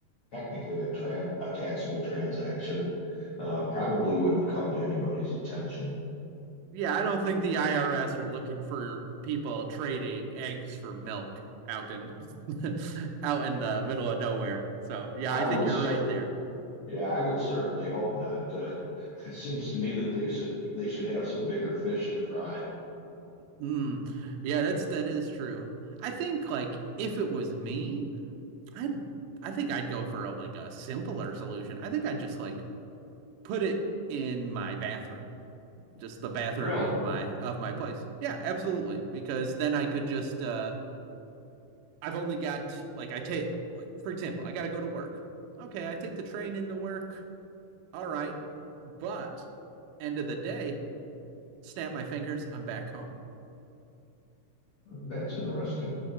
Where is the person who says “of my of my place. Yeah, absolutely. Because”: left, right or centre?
Right